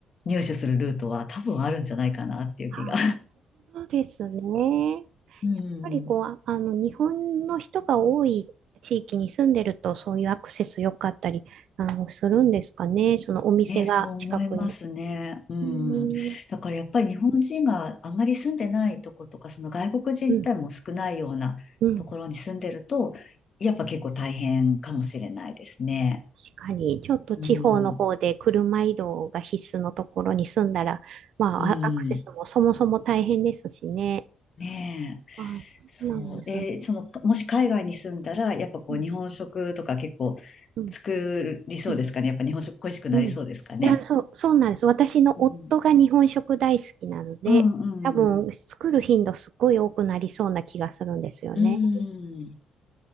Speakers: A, on the left; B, on the right.
A: 入手するルートは多分あるんじゃないかなっていう気が。
B: あ、そうですね。やっ
A: うん。
B: ぱりこう、ああの、日本の人が多い地域に住んでると、そういうアクセス良かったり、あの、するんですかね。そのお店が近くに。
A: <laughs> ね、そう思いますね。うん。
B: うん、
A: だからやっぱり日本人があまり住んでないとことか、その外国人自体も少ないようなところに住んでると、
B: うん、うん。
A: やっぱ結構大変かもしれないですね。
B: 確かに、ちょっと地方の方で車移動が必須のところに住んだら、
A: うん。
B: まあ、
A: うん。
B: アアクセスもそもそも大変ですしね。
A: ねえ。
B: ああ、そうなんです。
A: そう。で、
B: う
A: その、もし海外に住んだら、やっぱこう、
B: ん、
A: 日本食とか結構
B: うん、
A: 作りそうですかね。
B: うん。
A: やっぱ日本食恋しくなりそうですかね。
B: うんいや、そう、そうなんです。私の夫が日本食大好きなので、
A: うん。うんうん。
B: 多分作る頻度すっごい多くなりそうな気がするんですよね。
A: うん。